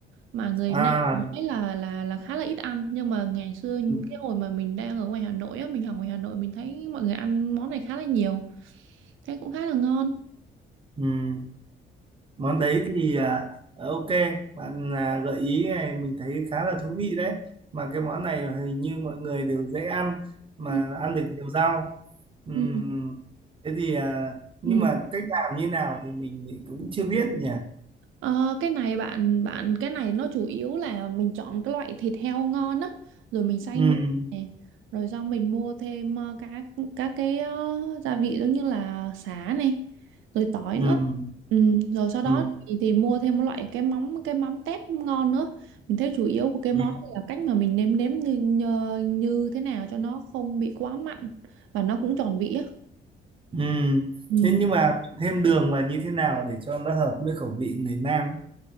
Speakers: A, on the right; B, on the right.
A: mà người
B: À,
A: Nam mình thấy là là là khá là ít ăn nhưng mà ngày xưa
B: ừm,
A: cái hồi mà mình đang ở ngoài Hà Nội á mình học ngoài Hà Nội mình thấy mọi người ăn món này khá là nhiều thấy cũng khá là ngon
B: ừm. món đấy thì à, ờ, ok bạn à, gợi ý này mình thấy khá là thú vị đấy mà cái món này hình như mọi người đều dễ ăn mà
A: ừ,
B: ăn được nhiều rau Ừm,
A: ừ,
B: thế thì à, nhưng
A: ừ.
B: mà cách làm như nào thì mình cũng chưa biết nhỉ
A: Ờ, cái này bạn bạn cái này nó chủ yếu là mình chọn cái loại thịt heo ngon á rồi mình xay
B: Ừm,
A: nhuyễn này rồi xong mình mua thêm ờ, các các cái ờ, gia vị giống như là sả này rồi tỏi
B: ừm,
A: nữa ừ, rồi sau đó
B: ừm,
A: thì, thì mua thêm một loại cái mắm cái mắm tép ngon nữa mình thấy chủ yếu của cái
B: ừm,
A: món này là cách mà mình nêm nếm như, như, như thế nào cho nó không bị quá mặn và nó cũng tròn vị á
B: ừm.
A: ừ.
B: thế nhưng mà thêm đường vào như thế nào để cho nó hợp với khẩu vị người Nam